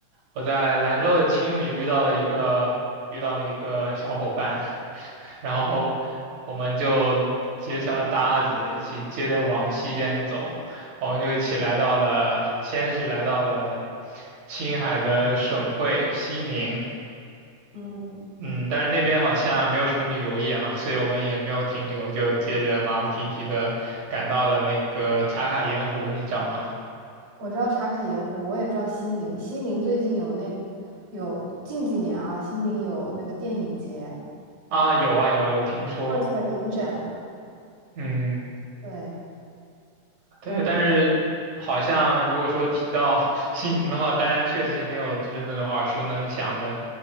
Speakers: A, on the right (about 80°); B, on the right (about 55°).
A: 我在兰州的青旅遇到了一个遇到了一个小伙伴，<laughs> 然后我们就结成了搭子，一起接着往西边走，我们就一起来到了，先是来到了青海的省会西宁，
B: 嗯，
A: 嗯，但是那边好像没有什么旅游业嘛，所以我们也没有停留，就接着马不停蹄的赶到了那个茶卡盐湖，你知道吗？
B: 我知道茶卡盐湖，我也知道西宁。西宁最近有那有近几年啊，西宁有那个电影节
A: 啊，有啊有啊，有听说，
B: ，FIRST 的影展，
A: 嗯，
B: 对
A: 对，
B: 对这个
A: 但是好像如果说提到 <laughs> 西宁的话，大家确实是没有就是那种耳熟能详的